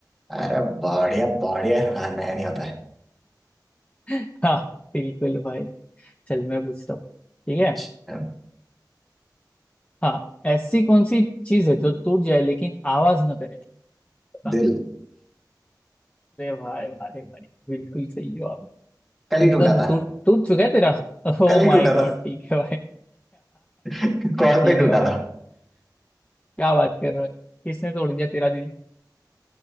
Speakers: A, in the centre; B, on the left.
A: अरे बढ़िया बढ़िया हाँ नया नहीं होता है
B: <laughs> हाँ बिल्कुल भाई चल मैं पूछता हूँ ठीक है
A: अच्छा,
B: हाँ ऐसी कौन सी चीज है जो टूट जाए लेकिन आवाज ना करे बता।
A: दिल
B: अरे भाई भाई भाई बिल्कुल सही हो आप
A: कल ही
B: एकदम
A: टूटा था
B: टूट टूट चुका है तेरा <laughs> ओ
A: कल ही
B: माय
A: टूटा
B: गॉड
A: था
B: ठीक है भाई
A: <laughs>
B: <laughs>
A: कॉल
B: ठीक
A: पे टूटा
B: है भाई
A: था
B: क्या बात कर रहा है किसने तोड़ दिया तेरा दिल